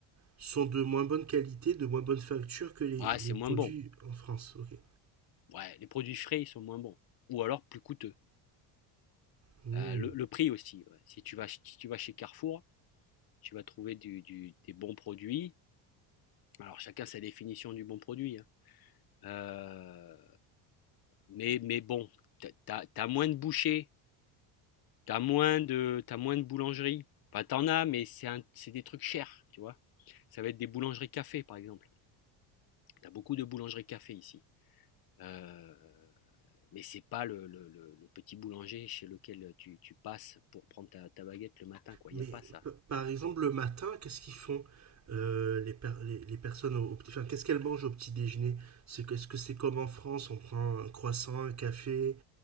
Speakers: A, on the right; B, on the left.
A: sont de moins bonne qualité, de moins bonne facture que les,
B: Ouais, c'est
A: les
B: moins
A: produits
B: bon.
A: en France. Ok.
B: Ouais, les produits frais, ils sont moins bons. Ou alors plus coûteux.
A: Hmm.
B: Euh, le, le prix aussi. ouais. Si tu vas, si tu vas chez Carrefour, tu vas trouver du, du- des bons produits. Alors chacun sa définition du bon produit. hein. Euh, mais, mais bon, t'as, t'as- moins de bouchers, t'as moins de, t'as moins de boulangeries. Enfin, t'en as, mais c'est c'est des trucs chers, tu vois. Ça va être des boulangeries café, par exemple. T'as beaucoup de boulangeries café ici. Euh, mais c'est pas le, le- le- le petit boulanger chez lequel tu, tu passes pour prendre ta, ta baguette le matin, quoi.
A: Mais
B: Il n'y a pas ça.
A: p- par exemple, le matin, qu'est-ce qu'ils font euh, les, per- les, les personnes au, au petit, enfin, qu'est-ce qu'elles mangent au petit déjeuner? C'est, que- est-ce que c'est comme en France, on prend un croissant, un café,